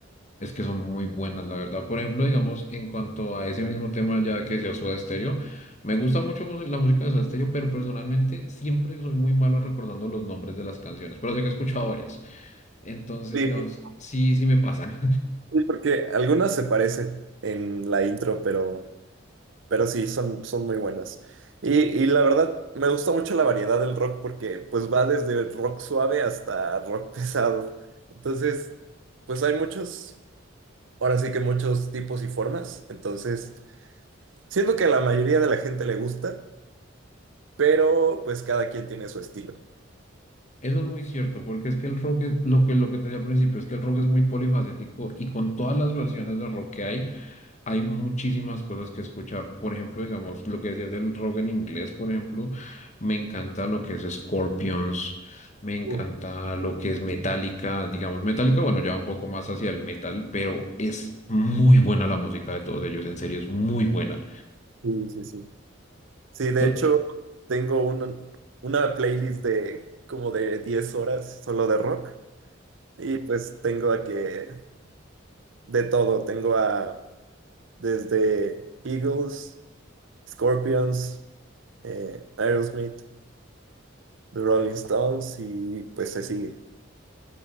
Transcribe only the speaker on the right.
Sí.
Sí, porque algunas se parecen en la intro, pero, pero sí, son, son muy buenas. Y, y la verdad, me gusta mucho la variedad del rock porque pues va desde rock suave hasta rock <laughs> pesado. Entonces, pues hay muchos, ahora sí que muchos tipos y formas. Entonces, siento que a la mayoría de la gente le gusta, pero pues cada quien tiene su estilo.
Uh,
sí, sí, sí. Sí, de
hecho, tengo un- una playlist de como de 10 horas solo de rock. Y pues tengo a que de todo, tengo a desde Eagles, Scorpions, eh, Aerosmith, The Rolling Stones y pues se sigue.